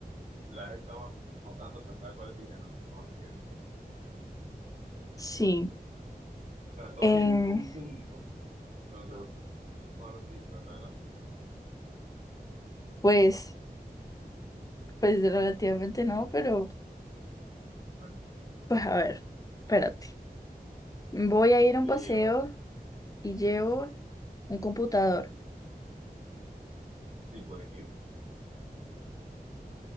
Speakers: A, on the right (about 45°); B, on the left (about 20°).
A: las estaba anotando, o sea, ¿sabes cuál dije, no? Todas las que dije. O
B: sí.
A: sea, todas
B: Eh,
A: en un conjunto, bueno, de otro artista, ¿verdad?
B: pues, pues relativamente no, pero
A: Bueno,
B: pues a ver, espérate. Voy a ir a un
A: ¿qué
B: paseo
A: llevas?
B: y llevo un computador.
A: Sí, puedes ir.